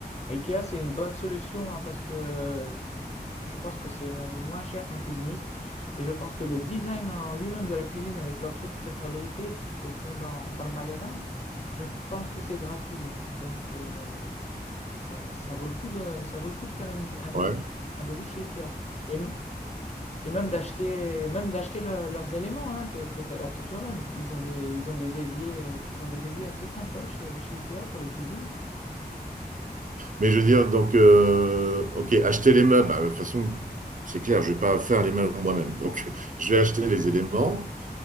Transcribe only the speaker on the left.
IKEA, c'est une bonne solution hein, parce que je pense que c'est même moins cher qu'un cuisiniste. Et je pense que le design en lui-même de la cuisine avec leurs trucs préfabriqués qu'ils te font dans, dans le magasin, je pense que c'est gratuit. hein. Donc euh, ça, ça vaut le coup de, ça vaut le coup de faire une- un
devis,
un devis chez IKEA. Et Et même d'acheter même d'acheter le- leurs éléments hein, que, que tu adaptes toi-même. Ils ont des, ils ont des éviers, ils ont des éviers assez sympas chez, chez Ikea pour les cuisines.